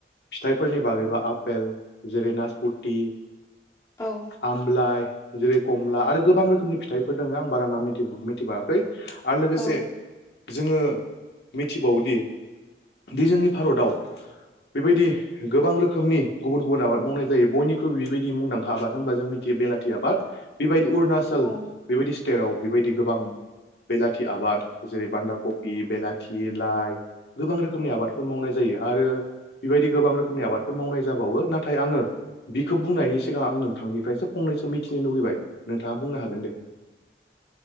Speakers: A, on the left; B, on the left.
A: फिथाइफोरनि बागैबा आपेल जेरै नासपति
B: औ
A: आमलाइ जेरै कमला आरो गोबां रोखोमनि फिथाइफोर दोङो आं बारा नाम मिथि-मिथिबाङाखै आर लोगोसे
B: औ
A: जोङो मिथिबावोदि दि जोंनि भारताव बेबायदि गोबां रोखोमनि गुबुन गुबुन आबाद मावनाय जायो बयख्रुइबो बेबायदि मुंदांखा आबाद होनबा जों मिथियो बेलाथि आबाद बिबायदि उरणाचल
B: औ
A: बेबायदि स्टेराव बेबायदि गोबां बेलाथि आबाद जेरै बान्दा कबि बेलाथि लाइ गोबां रोखोमनि आबादफोर मावनाय जायो आरो बिबायदि गोबां रोखोमनि आबादफोर मावनाय जाबावो नाथाय आङो बिखो बुंनायनि सिगां आं नोंथांनिफ्रायसो फंनैसो मिथिनो लुगैबाय नोंथाङा बुंनो हागोन दे